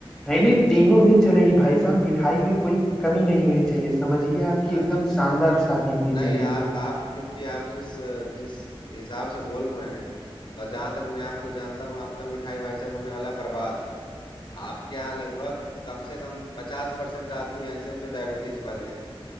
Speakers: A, in the centre; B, on the left.
A: नहीं नहीं तीनों दिन चलेगी भाई साहब मिठाई में कोई कमी नहीं होनी चाहिए समझिए आपकी
B: अच्छा
A: एकदम
B: ठीक
A: शानदार शादी होनी
B: नहीं
A: चाहिए
B: आप आप क्योंकि आप जिस जिस हिसाब से बोल रहे हैं और जहां तक मैं आपको जानता हूँ आपका मिठाई भाई साहब होने वाला है बर्बाद आपके यहाँ लगभग कम से कम पचास परसेंट आदमी ऐसे हैं जो डायबिटीज वाले हैं